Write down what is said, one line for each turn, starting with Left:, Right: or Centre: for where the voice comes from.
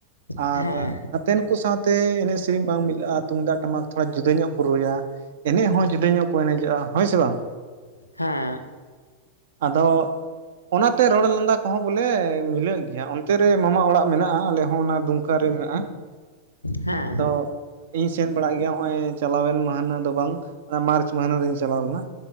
Left: ᱦᱮᱸ
Right: ᱟᱨ ᱱᱟᱛᱮᱱ ᱠᱩ ᱥᱟᱶᱛᱮ ᱮᱱᱮᱜ ᱥᱤᱨᱤᱧ ᱵᱟᱝ ᱢᱤᱞᱟᱹᱜᱼᱟ ᱛᱩᱢᱫᱟᱜ ᱴᱟᱢᱟᱠ ᱛᱷᱚᱲᱟ ᱡᱩᱫᱟᱹ ᱧᱚᱜ ᱠᱚ ᱨᱩᱭᱟ᱾ ᱮᱱᱮᱡ ᱦᱚᱸ ᱡᱩᱫᱟᱹ ᱧᱚᱜ ᱠᱚ ᱮᱱᱮᱡᱚᱜᱼᱟ ᱦᱳᱭ ᱥᱮ ᱵᱟᱝ
Left: ᱦᱮᱸ
Right: ᱟᱫᱚ ᱚᱱᱟᱛᱮ ᱨᱚᱲ ᱞᱟᱸᱫᱟ ᱠᱚᱦᱚᱸ ᱵᱚᱞᱮ ᱢᱤᱞᱟᱹᱜ ᱜᱮᱭᱟ ᱚᱱᱛᱮ ᱨᱮ ᱢᱟᱢᱟ ᱚᱲᱟᱜ ᱢᱮᱱᱟᱜᱼᱟ ᱟᱞᱮ ᱦᱚᱸ ᱚᱱᱟ ᱫᱩᱢᱠᱟ ᱨᱮ ᱢᱮᱱᱟᱜᱼᱟ᱾
Left: ᱦᱮᱸ
Right: ᱟᱫᱚ ᱤᱧ ᱥᱮᱱ ᱵᱟᱲᱟᱜ ᱜᱮᱭᱟ ᱱᱚᱜᱼᱚᱭ ᱪᱟᱞᱟᱣᱮᱱ ᱢᱟᱹᱦᱱᱟᱹ ᱫᱚ ᱵᱟᱝ ᱚᱱᱟ ᱢᱟᱨᱪ ᱢᱟᱹᱦᱱᱟᱹ ᱨᱤᱧ ᱪᱟᱞᱟᱣ ᱞᱮᱱᱟ᱾